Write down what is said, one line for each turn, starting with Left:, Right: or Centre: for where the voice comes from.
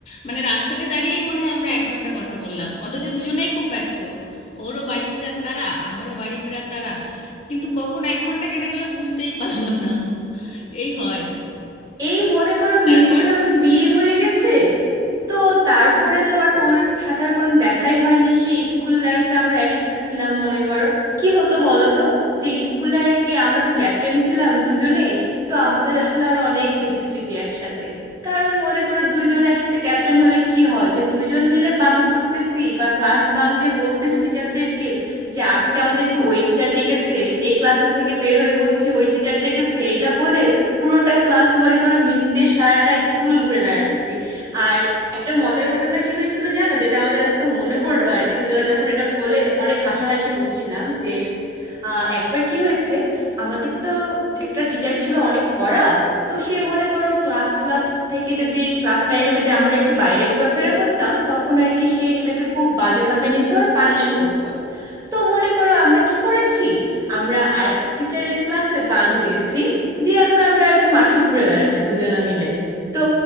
Left: মানে রাস্তাতে দাঁড়িয়েই মনে হয় আমরা এক ঘন্টা কথা বললাম অথচ দুজনেই খুব ব্যস্ত ওরও বাড়ি ফেরার তাড়া আমারও বাড়ি ফেরার তাড়া কিন্তু কখন এক ঘন্টা কেটে গেল বুঝতেই পারলাম না এই হয়
Right: এই মনে করো
Left: তারপর
Right: মিমির তো এখন বিয়ে হয়ে গেছে তো তারপরে তো আর ওর সাথে আর কোনো দেখাই হয়নি সেই স্কুল লাইফে আমরা একসাথে ছিলাম মনে করো কি হতো বলো তো যে স্কুলে আর কি আমরা তো ক্যাপ্টেন ছিলাম দুজনেই তো আমাদের আসলে আরো অনেক বেশি স্মৃতি একসাথে কারণ মনে করো দুইজন একসাথে ক্যাপ্টেন হলে কি হয় যে দুইজন মিলে বাঙ্ক করতেছি বা ক্লাস বাঙ্ক দিয়ে বলতেছি টিচারদেরকে যে আজকে আমাদেরকে ওই টিচার ডেকেছে এই ক্লাসে থেকে বের হয়ে বলছি ওই টিচার ডেকেছে এটা বলে পুরোটা ক্লাস মনে করো মিস দিয়ে সারাটা স্কুল ঘুরে বেড়াচ্ছি আর একটা মজার ঘটনা কি হয়েছিল জানো যেটা আমাদের আজকে মনে পড়লো আর কি দুজনে যখন এটা বলে অনেক হাসাহাসি করছিলাম যে আহ, একবার কি হয়েছে আমাদের তো একটা টিচার ছিল অনেক কড়া তো সে মনে করো ক্লাস ক্লাস থেকে যদি ক্লাস টাইমে যদি আমরা একটু বাইরে ঘোরাফেরা করতাম তখন আর কি সে সেটাকে খুব বাজেভাবে নিত আর পানিশও করতো তো মনে করো আমরা কি করেছি আমরা আরেকটা টিচারের ক্লাসে বাং দিয়েছি দিয়ে এখন আমরা আর কি মাঠে ঘুরে বেড়াচ্ছি দুজনে মিলে তো